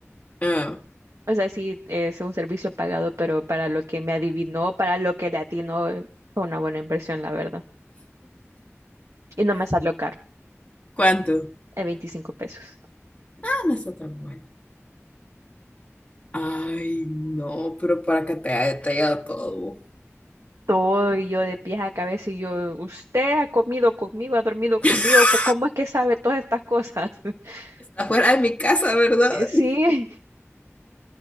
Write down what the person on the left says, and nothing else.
Ah,
¿cuánto?
Ah, no está tan mal. Ay, no, pero para que te haya detallado todo.
<laughs>
Está fuera de mi casa, ¿verdad?